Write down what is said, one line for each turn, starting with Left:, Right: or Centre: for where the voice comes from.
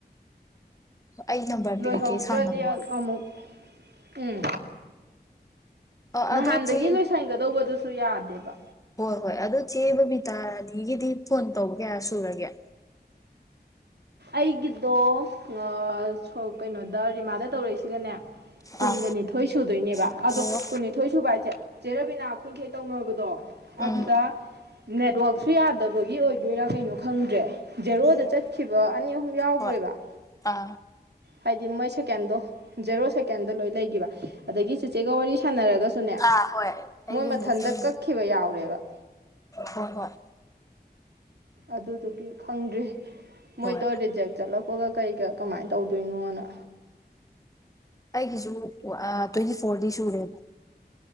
Left: ꯍꯣ ꯑꯩ ꯅꯝꯕꯔ
Right: ꯂꯣꯏꯍꯧꯗ꯭ꯔꯗꯤ
Left: ꯄꯤꯔꯛꯀꯦ ꯁꯥꯟꯅꯧꯋꯣꯅ
Right: ꯑꯃꯨꯛ ꯎꯝ
Left: ꯑ
Right: ꯅꯍꯥꯟꯗꯒꯤ
Left: ꯑꯗꯣ ꯆꯦ
Right: ꯂꯣꯏꯁꯟꯒꯗꯧꯕꯗꯨꯁꯨ ꯌꯥꯗꯦꯕ
Left: ꯍꯣꯏ ꯍꯣꯏ ꯑꯗꯨ ꯆꯦ ꯕꯤꯇꯥꯔꯥꯅꯤꯒꯤꯗꯤ ꯐꯣꯟ ꯇꯧꯕ ꯀꯌꯥ ꯁꯨꯔꯒꯦ
Right: ꯑꯩꯒꯤꯗꯣ ꯑꯥ ꯀꯩꯅꯣꯗ ꯔꯤꯃꯥꯗ ꯇꯧꯔꯛꯏꯁꯤꯒꯅꯦ ꯀꯨꯟꯒ
Left: ꯑꯥ
Right: ꯅꯤꯊꯣꯏ ꯁꯨꯗꯣꯏꯅꯦꯕ
Left: ꯑꯣ
Right: ꯑꯗꯣ ꯀꯨꯟꯅꯤꯊꯣꯏ ꯁꯨꯕ ꯍꯥꯏꯁꯦ ꯆꯦꯔꯕꯤꯅꯥ ꯈꯨꯟꯈꯩ ꯇꯧꯅꯕꯗꯣ ꯑꯗꯨꯗ
Left: ꯎꯝ
Right: ꯅꯦꯠꯋꯥꯛꯁꯨ ꯌꯥꯗꯕꯒꯤ ꯑꯣꯏꯗꯣꯏꯔꯥ ꯀꯩꯅꯣ ꯈꯪꯗ꯭ꯔꯦ ꯖꯦꯔꯣꯗ
Left: ꯎꯝ
Right: ꯆꯠꯈꯤꯕ ꯑꯅꯤ ꯑꯍꯨꯝ ꯌꯥꯎꯒ꯭ꯔꯦꯕ
Left: ꯍꯣꯏ ꯑꯥ
Right: ꯍꯥꯏꯗꯤ ꯃꯣꯏ ꯁꯦꯀꯦꯟꯗꯣ ꯖꯦꯔꯣ ꯁꯦꯀꯦꯟꯗ ꯂꯣꯏ ꯂꯩ ꯑꯗꯒꯤ ꯆꯦꯆꯦꯒ ꯋꯥꯔꯤ ꯁꯥꯟꯅꯔꯒꯁꯨꯅꯦ
Left: ꯑꯥ ꯍꯣꯏ ꯑꯩ
Right: ꯃꯣꯏ
Left: ꯌꯨꯝꯗ
Right: ꯃꯊꯟꯇ
Left: ꯆꯠꯂꯨꯕ
Right: ꯀꯛꯈꯤꯕ ꯌꯥꯎꯔꯦꯕ
Left: ꯍꯣꯏ ꯍꯣꯏ
Right: ꯑꯗꯨꯗꯨꯒꯤ ꯈꯪꯗ꯭ꯔꯤ ꯃꯣꯏꯗꯣ
Left: ꯍꯣꯏ
Right: ꯔꯤꯖꯦꯛ ꯆꯠꯂꯛꯄꯒ ꯀꯩꯒ ꯀꯃꯥꯏꯅ ꯇꯧꯗꯣꯏꯅꯣꯅ
Left: ꯑꯩꯒꯤꯁꯨ ꯑꯥ ꯇ꯭ꯋꯦꯟꯇꯤ ꯐꯣꯔꯗꯤ ꯁꯨꯔꯦ